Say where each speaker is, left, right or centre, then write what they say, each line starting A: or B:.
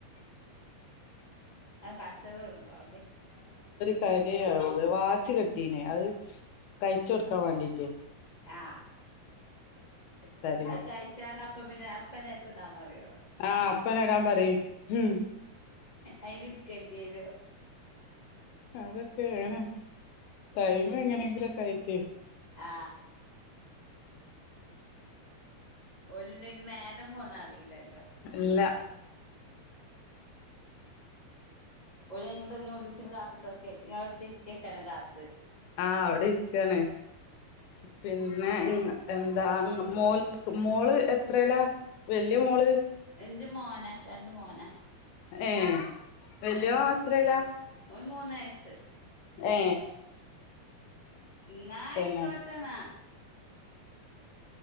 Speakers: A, on the left; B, on the left.
A: ഉം ആ കച്ചകൾ ഉണ്ടാവില്ലേ
B: കരയാ അവള് വാച്ച് കെട്ടീനേ അത് കഴിച്ച് കൊടുക്കാൻ വേണ്ടീട്ട്
A: ആ
B: കരയും
A: അത് കഴിച്ചേ അപ്പ പിന്നെ അപ്പന എപ്പടാൻ പറയോ
B: ആ അപ്പനിടാൻ പറയും ഉം
A: അയിനിക്കണ്ടിരോ
B: അതൊക്കെണ് കഴിഞ്ഞു എങ്ങനെങ്കിലൊ <unintelligible>
A: ആ ഓല്ണ്ടെങ്കിൽ നേരം പോണത് അറിയിലല്ലോ
B: ഇല്ല
A: ഓലയിന്ണ്ട് ന്യൂഡിൽസിന് കാത്തുത്ത്ർക്കെയി ഇങ്ങളെ ടെത്തി ക്കെ <unintelligible>
B: ആഹ് അവിടിരിക്കാണ് പിന്നെ എന്താ മോള് മോള് എത്ര ല വെല്യ മോള്
A: ന്റെ മോന രണ്ട് മോനാ
B: എ വെല്ല്യാന് എത്രല
A: ഓന് മൂന്നയസ്
B: ഏ
A: നായ്ക്കോട്ടെന്ന
B: തന്നെ